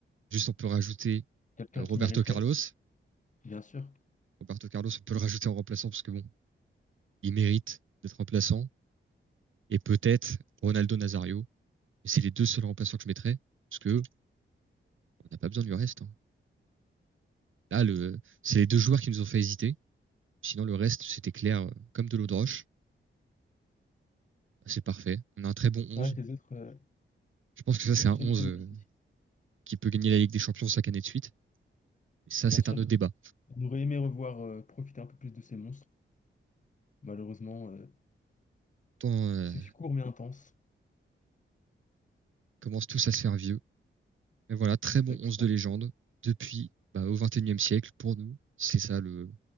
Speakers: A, on the right; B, on the left.
A: juste on peut rajouter
B: quelqu'un
A: euh, Roberto
B: qui mériterait,
A: Carlos.
B: bien sûr.
A: Roberto Carlos, on peut le rajouter en remplaçant parce que bon, il mérite d'être remplaçant. Et peut-être Ronaldo Nazario. Et c'est les deux seuls remplaçants que je mettrais parce que on n'a pas besoin du reste. hein. Là, le, c'est les deux joueurs qui nous ont fait hésiter. Sinon, le reste, c'était clair euh, comme de l'eau de roche. c'est parfait. On a un très bon 11.
B: C'est vrai que les autres, euh,
A: Je pense que ça,
B: ça
A: c'est un
B: fait
A: 11
B: l'unanimité.
A: euh, qui peut gagner la Ligue des Champions 5 années de suite. Et Ça,
B: Bien
A: c'est
B: sûr.
A: un autre débat.
B: On aurait aimé revoir euh, profiter un peu plus de ces monstres. Malheureusement, euh,
A: Tant euh,
B: ce court mais intense.
A: commencent tous à se faire vieux. Mais voilà, très
B: Exactement.
A: bon 11 de légende depuis bah, au 21e siècle pour nous. C'est ça le,